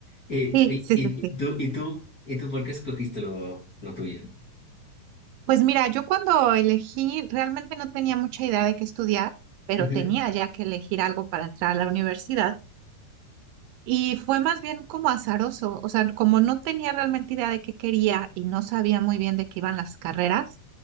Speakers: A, on the left (about 30°); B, on the right (about 80°).
A: Eh,
B: Sí,
A: oye,
B: sí,
A: y,
B: sí,
A: y
B: sí.
A: tú, y tú, y tú, ¿por qué escogiste lo, lo tuyo?
B: Pues mira, yo cuando elegí realmente no tenía mucha idea de qué estudiar, pero
A: Ujú,
B: tenía ya que elegir algo para entrar a la universidad. Y fue más bien como azaroso, o sea, como no tenía realmente idea de qué quería y no sabía muy bien de qué iban las carreras,